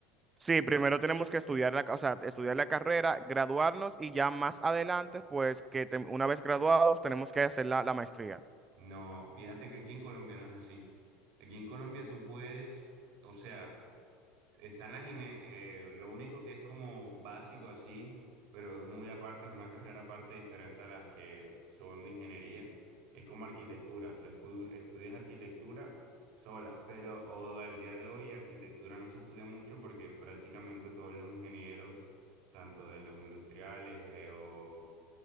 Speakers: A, on the right; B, on the right.
A: Sí, primero tenemos que estudiar la, ca- o sea, estudiar la carrera, graduarnos y ya más adelante, pues que te- una vez graduados tenemos que hacer la la maestría.
B: No, fíjate que aquí en Colombia no es así. Aquí en Colombia tú puedes, o sea, Están las INE, eh, lo único que es como básico así, pero es muy aparte, es una carrera aparte diferente a las que son de ingeniería, es como arquitectura. Tú escu- estudias arquitectura sola, pero o al día de hoy arquitectura no se estudia mucho porque prácticamente todos los ingenieros, tanto de los industriales eh, o,